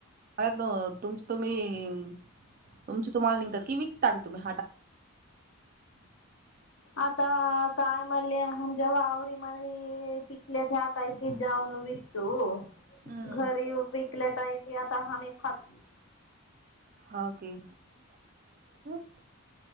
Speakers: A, on the right; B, on the left.
A: मग तुमचं तुम्ही- तुमची तुम्हाला निघतात- कि विकतान तुम्ही <unintelligible>
B: आता काय म्हले? आम जेव्हा आवर म पिकले का पैक द्या मं विकतो हो -
A: हम्म
B: घरी विकल्या काय की आ- <unintelligible> खात्री
A: होे की <unintelligible>